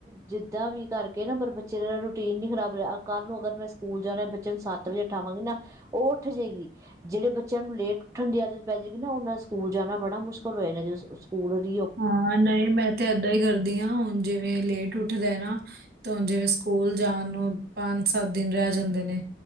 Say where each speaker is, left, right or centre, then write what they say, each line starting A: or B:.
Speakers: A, on the right; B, on the right.
A: ਜਿੱਦਾਂ ਵੀ ਕਰਕੇ ਨਾ ਪਰ ਬੱਚੇ ਦਾ ਰੂਟੀਨ ਨਈ ਖਰਾਬ ਰਿਹਾ, ਕੱਲ ਨੂੰ ਅਗਰ ਮੈਂ ਸਕੂਲ ਜਾਣਾ ਬੱਚੇ ਨੂੰ, ਸੱਤ ਵਜੇ ਉਠਾਵਾਂਗੇ ਨਾ ਉਹ ਉਠ ਜਾਏਗੀ। ਜਿਹੜੇ ਬੱਚਿਆਂ ਨੂੰ ਲੇਟ ਉੱਠਣ, ਦੀ ਆਜ ਪੈ ਜਾਏਗੀ ਨਾ ਉਹ ਨਾ ਸਕੂਲ ਜਾਣਾ ਬੜਾ ਮੁਸ਼ਕਿਲ ਹੋਇਆ ਨੇ ਜ ਸਕੂਲ ਦੀ
B: ਹਾਂ, ਨਹੀਂ ਮੈਂ ਤੇ ਏਦਾਂ ਹੀ ਕਰਦੀ ਹਾਂ, ਹੁਣ ਜਿਵੇਂ ਲੇਟ ਉਠਦਾ ਏ ਨਾ ਤੇ ਜਿਵੇਂ, ਸਕੂਲ ਜਾਣ ਨੂੰ ਪੰਜ -ਸੱਤ ਦਿਨ ਰਹਿ ਜਾਂਦੇ ਨੇ,